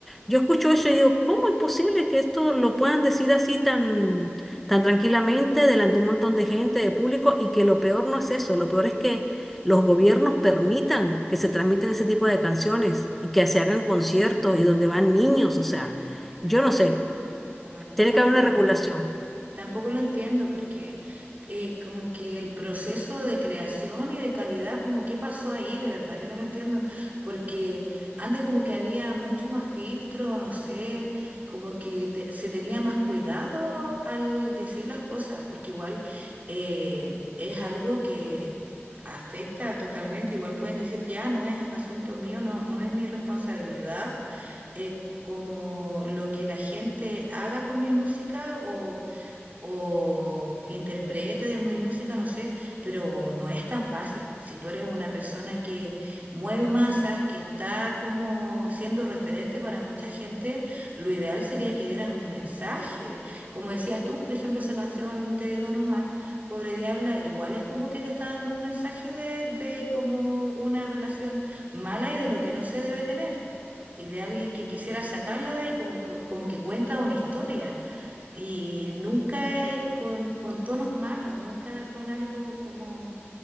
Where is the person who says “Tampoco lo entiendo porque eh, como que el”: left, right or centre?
Right